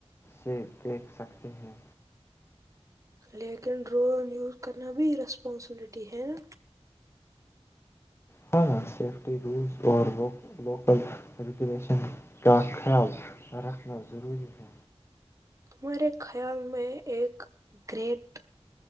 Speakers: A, on the left; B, on the right.
A: سے دیکھ سکتے ہیں
B: لیکن ڈرون یوز کرنا بھی رسپانسبلٹی ہے نا
A: ہاں سیفٹی رولز اور لوک لوکل ریگولیشن کا خیال رکھنا ضروری ہے
B: ہمارے خیال میں ایک گریٹ